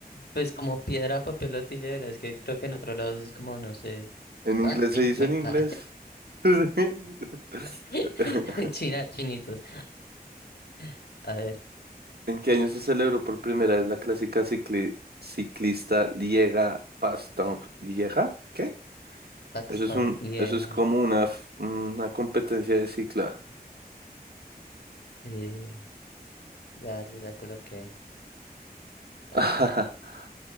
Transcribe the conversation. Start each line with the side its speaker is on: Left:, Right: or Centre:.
Left: pues como piedra, papel o tijera, es que creo que en otros lados es como, no sé,
Right: En inglés
Left: ay, wing,
Right: se dice
Left: wing,
Right: en inglés.
Left: ah.
Right: <laughs>
Left: <laughs> China, chinitos, <laughs> a ver,
Right: ¿En qué año se celebró por primera vez la clásica cicli- ciclista Liega Bastogne? ¿Liega? ¿Qué?
Left: Pakistán,
Right: Eso es un,
Left: vieja,
Right: eso es como una, f- una competencia de cicla.
Left: eh, ya, yo ya coloqué, ah,
Right: <laughs>